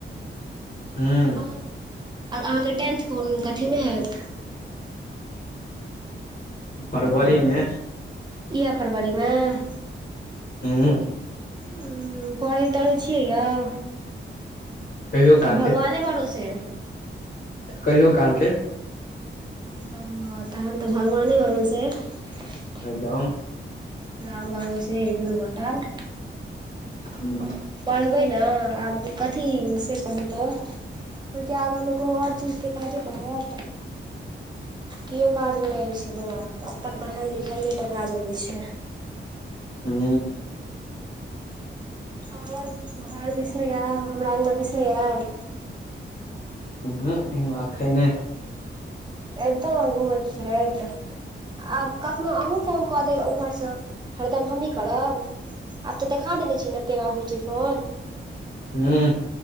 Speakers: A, on the left (about 55°); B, on the right (about 20°).
A: हुं
B: आओर अहाँके टेंथ कोन कथीमें हैत।
A: फरवरी में।
B: इएह फरवरी में।
A: हूं।
B: हूं पढ़ैत- तढैत छियै यौऽ।
A: कहियो
B: कि
A: काल
B: भगवाने
A: के
B: भरोसे।
A: कहियो कालके।
B: ओ तहन तऽ भगवाने भरोसे अइ।
A: एकदम।
B: राम भरोसे हिन्दू होटल।
A: हूं।
B: पढ़बै ने आब कथी से कहूं। तऽ ओहिके आगाँमे कोनो आओर चीजके काजे पड़त। केओ काज नहि अबै छै बौआ, अपन पढ़ाई लिखाइए टा काज अबे छै।
A: हूं।
B: आओर घर दिसने आयब हमरा अङगना दिसने आयब।
A: उहूं आखैन ने।
B: एबतौं ने घूमैत फिरैत। आब कखनो अहूँ फोन कऽ देब उम्हरसँ, हरदम हमहीँ करब। आब तऽ देखा देने छी ने केना हो छै फोन।
A: हूँ।